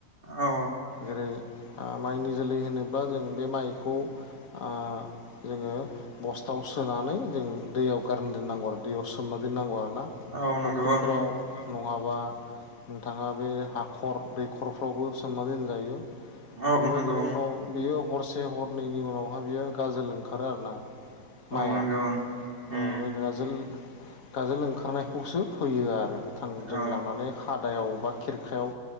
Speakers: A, on the right; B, on the left.
A: औ
B: जेरै ओ माइनि जोलै होनो बा जों बे माइखौ ओ जोङो बस्थाव सोनानै जों दैयाव गारनो दोननांगौ आरो दैयाव सो सोमना दोननांगौ आरोना
A: औ नंगौ
B: फुख्रिफ्राव
A: ओं
B: नवाव बा नोंथाङा बे हाखर दैखर फ्रावबो सोमनानै दोनजायो
A: औ
B: बेबायदिनो
A: नंगौ
B: उनाव बियो हरसे हर नैनि उनावहा बियो गाजोल ओंखार खार आरो ना माइआ
A: ओं औ नंगौ ओं
B: औ
A: उम
B: बे गाजोल गाजोल ओंखारनायखौसो फैयो आ रो थांजों
A: औ
B: लां बे खादायाव बा खेरखायाव